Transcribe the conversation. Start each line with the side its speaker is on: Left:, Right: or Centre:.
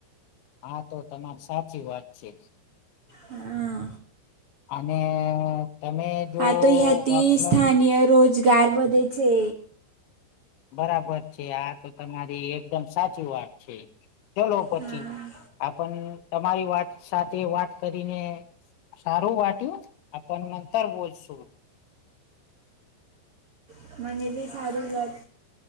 Left: હા તો તમાર સાચી વાત છે.
Right: હા
Left: અને તમે જો
Right: આ તો ઈ હતી
Left: ઓફલાઈન
Right: સ્થાનીય રોજગાર વધે છે.
Left: બરાબર છે આ તો તમારી એકદમ સાચી વાત છે. ચલો પછી
Right: હા
Left: આપન તમારી વાત સાથે વાત કરીને સારું વાટ્યું આપન અંતર બોજસુ.
Right: હા મને બી સારું વાત